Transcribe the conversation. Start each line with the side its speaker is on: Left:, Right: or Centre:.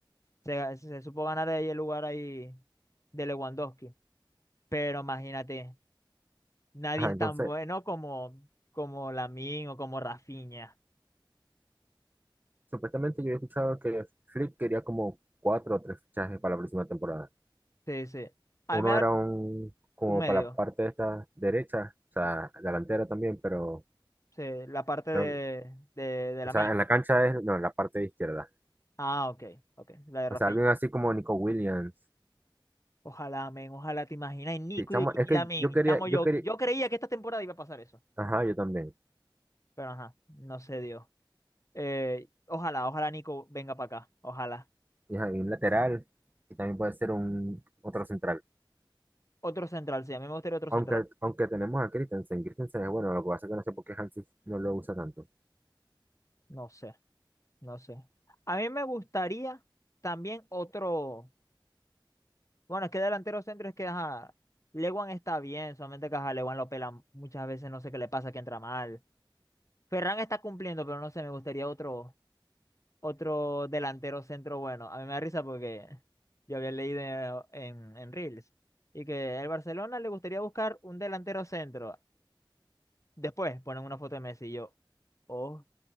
Left: Se, se supo ganar ahí el lugar ahí de Lewandowski. Pero imagínate, nadie
Right: Ajá,
Left: es
Right: entonces,
Left: tan bueno como, como Lamine o como Rafinha.
Right: Supuestamente yo he escuchado que Flick quería como cuatro o tres fichajes para la próxima temporada.
Left: Sí, sí. A
Right: Uno
Left: mí me da
Right: era un como
Left: un medio.
Right: para la parte de esta derecha, o sea, delantera también, pero
Left: Sí, la parte de,
Right: creo-
Left: de, de
Right: o
Left: Lamine.
Right: sea, en la cancha es, no, en la parte de izquierda.
Left: Ah, ok, ok. La de
Right: O
Left: Rafinha.
Right: sea, alguien así como Nico Williams.
Left: Ojalá, men, ojalá te imaginas, Nico
Right: Sí, chamo,
Left: y
Right: es que
Left: Lamin,
Right: yo quería,
Left: chamo, yo,
Right: yo quería,
Left: yo creía que esta temporada iba a pasar eso,
Right: ajá, yo también.
Left: pero ajá, no se dio. Eh, ojalá, ojalá Nico venga para acá, ojalá.
Right: Y, ajá, y un lateral, y también puede ser un otro central.
Left: Otro central, sí, a mí me gustaría otro
Right: Aunque,
Left: central.
Right: aunque tenemos a Christensen, Christensen es bueno, lo que pasa es que no sé por qué Hansi no lo usa tanto.
Left: No sé, no sé. A mí me gustaría también otro, bueno, es que delantero centro es que, ajá, Lewan está bien, solamente que, ajá, Lewan lo pela muchas veces, no sé qué le pasa, que entra mal. Ferran está cumpliendo, pero no sé, me gustaría otro, otro delantero centro bueno. A mí me da risa porque yo había leído en, en Reels y que el Barcelona le gustaría buscar un delantero centro. Después ponen una foto de Messi y yo, oh,